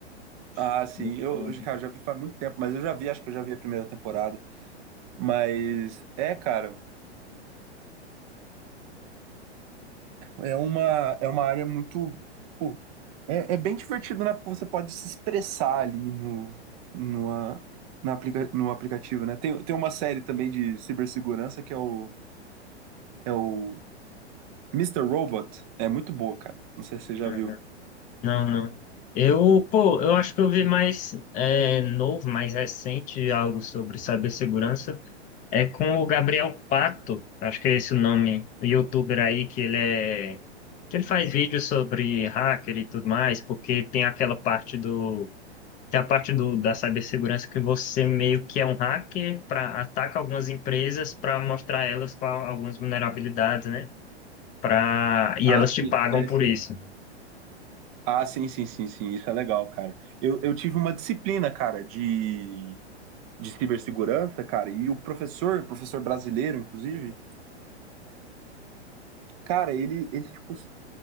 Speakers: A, on the right (about 35°); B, on the left (about 25°).
A: Ah,
B: <laughs>
A: sim,
B: Muito
A: eu,
B: foda.
A: eu, cara, já vi faz muito tempo, mas eu já vi, acho que eu já vi a primeira temporada. Mas é, cara. É uma, é uma área muito. pô, é, é bem divertido, né? Porque você pode se expressar ali no, no, ah, na aplica, no aplicativo, né? Tem, tem uma série também de cibersegurança que é o, é o Mister Robot. É muito boa, cara. Não sei se você já
B: Uhum.
A: viu.
B: Não, não. Eu, pô, eu acho que eu vi mais é, novo, mais recente, algo sobre cibersegurança. É com o Gabriel Pato, acho que é esse o nome, o youtuber aí, que ele é. que ele faz vídeos sobre hacker e tudo mais, porque tem aquela parte do Tem a parte do, da cibersegurança que você meio que é um hacker para ataca algumas empresas para mostrar elas qual, algumas vulnerabilidades, né? Pra, e
A: Ah,
B: elas te
A: sim,
B: pagam
A: é,
B: por
A: sim.
B: isso.
A: Ah, sim, sim, sim, sim. Isso é legal, cara. Eu, eu tive uma disciplina, cara, de, de cibersegurança, cara, e o professor, professor brasileiro, inclusive, cara, ele, ele, tipo,